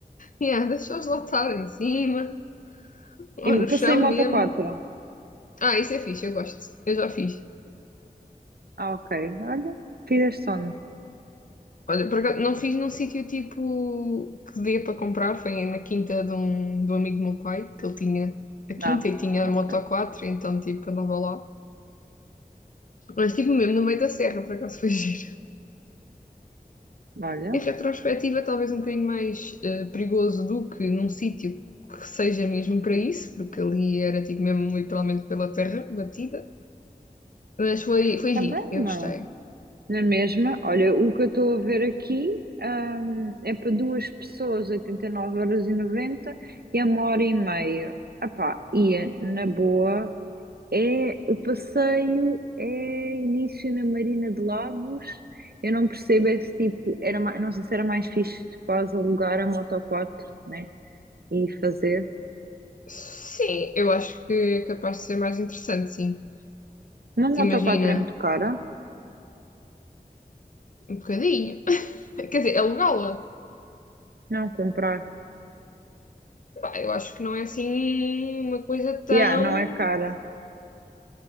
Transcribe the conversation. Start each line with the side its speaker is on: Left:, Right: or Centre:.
Left: Yeah, deixa-os lá estar em cima, ou
Right: E
Left: no chão
Right: passei em
Left: mesmo.
Right: moto 4.
Left: Ah, isso é fixe, eu gosto. Eu já fiz.
Right: Ah, ok. Olha, fizeste onde?
Left: Olha, por acaso, não fiz num sítio tipo que dê para comprar, foi na quinta de um, de um amigo do meu pai, que ele tinha a quinta
Right: Não.
Left: e tinha
Right: Ok.
Left: a Moto 4, então tipo andava lá. Mas tipo mesmo no meio da serra, por acaso foi <laughs> giro.
Right: Olha,
Left: Em retrospectiva, talvez um bocadinho mais eh, perigoso do que num sítio que seja mesmo para isso, porque ali era tipo mesmo literalmente pela terra batida. Mas foi, foi
Right: também
Left: giro, eu
Right: não.
Left: gostei.
Right: é. Na mesma, olha, o que eu estou a ver aqui, hum, é para duas pessoas, oitenta e nove euros e e noventa a uma hora e meia. Ah pá, ia na boa É, o passeio é início na Marina de Lagos. Eu não percebo esse tipo. Era, ma- não sei se era mais fixe de quase alugar a Moto 4, né? E fazer.
Left: Sim, eu acho que é capaz de ser mais interessante, sim.
Right: Uma Moto
Left: Imagina,
Right: 4 é muito cara.
Left: um bocadinho. <laughs> Quer dizer, alugá-la.
Right: Não comprar.
Left: Pá, Eu acho que não é assim uma coisa tão.
Right: Yeah, não é cara.